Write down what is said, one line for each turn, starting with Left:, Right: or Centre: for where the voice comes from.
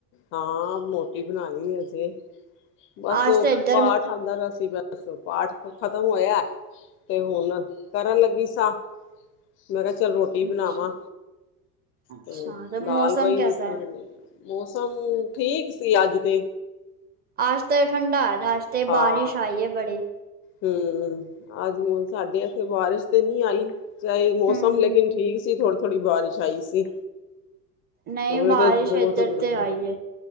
Left: ਹਾਂ ਮੋਟੀ ਬਣਾਣੀ ਏ ਅਜੇ ਬਸ
Right: ਆਜ
Left: ਉਹ
Right: ਤਾਂ ਇੱਧਰ
Left: ਪਾਠ ਹਾਂਦਾ ਦਾ ਸੀ ਬਸ, ਪਾਠ ਖਤਮ ਹੋਇਆ ਤੇ ਹੁਣ ਕਰਨ ਲੱਗੀ ਸਾਂ ਮੈਂ ਕਿਹਾ ਚੱਲ ਰੋਟੀ ਬਣਾਵਾਂ
Right: ਅੱਛਾ ਅੱਛਾ
Left: ਤੇ ਦਾਲ
Right: ਮੌਸਮ
Left: ਪਈ
Right: ਕੈਸਾ
Left: ਹੋਈ ਸੀ ਥੋੜੀ
Right: ਹੈ
Left: ਜੀ। ਮੌਸਮ, ਠੀਕ ਸੀ ਅੱਜ ਤੇ।
Right: ਅੱਜ ਤੇ ਠੰਡਾ ਹੋਯਾ ਦੈ ਅੱਜ ਤੇ
Left: ਹਾਂ
Right: ਬਾਰਿਸ਼ ਆਈ ਯੇ ਬੜੀ।
Left: ਹਮ ਅੱਜ ਹੁਣ ਸਾਡੇ ਏਥੇ ਬਾਰਿਸ਼ ਤੇ ਨੀ ਆਈ ਚਾਹੇ ਮੌਸਮ
Right: ਹਮ
Left: ਲੇਕਿਨ
Right: ਹਮ
Left: ਠੀਕ ਸੀ, ਥੋੜੀ- ਥੋੜੀ ਬਾਰਿਸ਼ ਆਈ ਸੀ।
Right: ਨਹੀਂ
Left: ਹੋਰ
Right: ਬਾਰਿਸ਼
Left: ਏਹ ਤੇ ਬਹੁਤ
Right: ਇੱਧਰ
Left: ਗਰਬ
Right: ਤੇ ਆਈ
Left: ਹੈ।